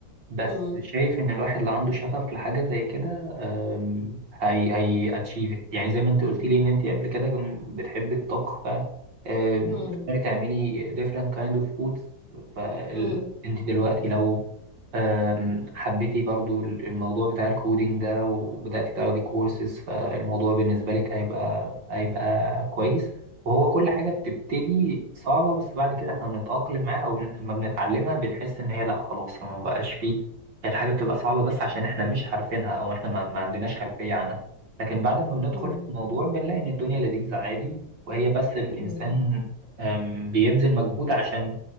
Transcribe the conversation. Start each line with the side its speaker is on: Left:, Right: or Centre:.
Right: بس
Left: مم.
Right: شايف ان الواحد اللي عنده شغف لحاجه زي كده أم، هي هي اتشيفت يعني زي ما انت قلت لي ان انت قبل كده كم- بتحبي الطبخ ف أم،
Left: مم.
Right: بتقدري تعملي different kind of foods فانت
Left: مم.
Right: دلوقتي لو أم، حبيتي برضو الموضوع بتاع الكودينج ده وبدأتي تاخدي كورسز فالموضوع بالنسبة لك هيبقى هيبقى كويس وهو كل حاجة بتبتدي صعبة بس بعد كده احنا بنتأقلم معاها أو لما بنتعلمها بنحس إن هي لأ خلاص ما بقاش فيه الحاجة بتبقى صعبة بس عشان احنا مش عارفينها او احنا ما, ما عندناش خلفية عنها لكن بعد ما بندخل
Left: مم.
Right: في الموضوع بنلاقي ان الدنيا لذيذة عادي وهي بس الانسان
Left: مم.
Right: أم، بيبذل مجهود عشان